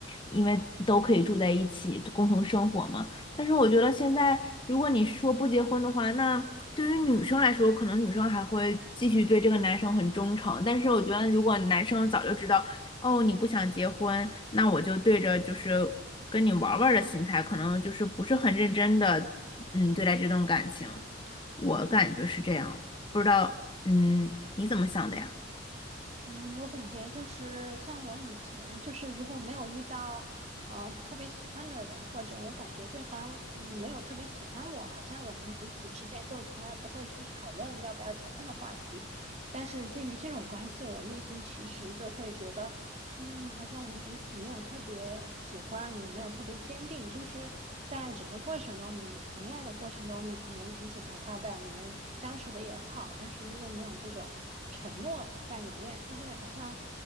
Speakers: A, on the left (about 25°); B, on the right (about 35°).
A: 因为都可以住在一起，共同生活嘛。但是我觉得现在，如果你说不结婚的话，那对于女生来说，可能女生还会继续对这个男生很忠诚。但是我觉得，如果男生早就知道。哦，你不想结婚，那我就对着就是跟你玩儿玩儿的心态，可能就是不是很认真的，嗯，对待这段感情，我感觉是这样，不知道，嗯，你怎么想的呀？
B: 嗯，我感觉就是像我以前，就是如果没有遇到呃特别喜欢的人，或者我感觉对方嗯没有特别喜欢我，好像我们彼此之间就从来不会去讨论要不要结婚的话题。但是基于这种关系，我内心其实就会觉得。嗯，好像我们彼此没有特别喜欢，也没有特别坚定，就是在整个过程中，你谈恋爱的过程中，你可能挺喜欢他的，你们相处的也很好，但是因为没有这种承诺在里面，就会好像